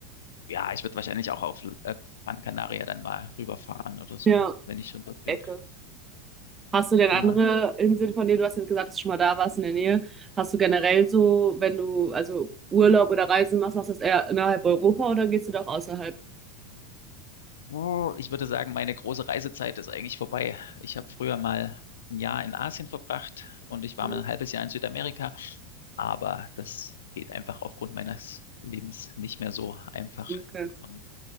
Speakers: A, on the left; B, on the right.
A: ja, ich würde wahrscheinlich auch auf äh, Gran Canaria dann mal rüberfahren oder so,
B: ja,
A: wenn ich schon dort bin.
B: Ecke. Hast du denn andere
A: Ja.
B: Inseln, von denen du hast jetzt gesagt, dass du schon mal da warst in der Nähe? Hast du generell so, wenn du also Urlaub oder Reisen machst, machst du das eher innerhalb Europa oder gehst du doch außerhalb?
A: Oh, ich würde sagen, meine große Reisezeit ist eigentlich vorbei. Ich habe früher mal ein Jahr in Asien verbracht und ich war
B: Mhm.
A: mal ein halbes Jahr in Südamerika. Aber das geht einfach aufgrund meines Lebens nicht mehr so einfach.
B: Okay.
A: Und